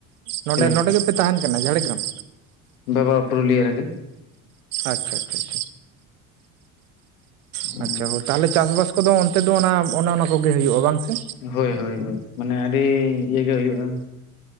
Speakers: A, on the right; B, on the left.
A: ᱱᱚᱰᱮ
B: ᱪᱮᱞᱮ
A: ᱱᱚᱰᱮ ᱜᱮ ᱛᱟᱦᱮᱱ ᱠᱟᱱᱟ ᱡᱷᱟᱲᱮᱜᱮᱨᱟᱢ?
B: ᱵᱟᱵᱟ ᱯᱩᱨᱩᱞᱤᱭᱟᱹ ᱨᱮᱜᱮ ᱾
A: ᱟᱪᱪᱷᱟ - ᱟᱪᱪᱷᱟ
B: ᱦᱩᱸ
A: ᱪᱷᱟ ᱪᱷᱟ ᱚ ᱛᱟᱦᱚᱞᱮ ᱪᱟᱥᱵᱟᱥ ᱠᱚᱫᱚ ᱚᱱᱛᱮ ᱫᱚ ᱚᱱᱟ, ᱚᱱᱮ ᱚᱱᱟ ᱠᱚᱜᱮ ᱦᱩᱭᱩᱜᱼᱟ ᱵᱟᱝ ᱥᱮ?
B: ᱦᱳᱭ-ᱦᱳᱭ ᱦᱳᱭ ᱢᱟᱱᱮ ᱟᱹᱰᱤ ᱤᱭᱟᱹ ᱜᱮ ᱦᱩᱭᱩᱜᱼᱟ ᱾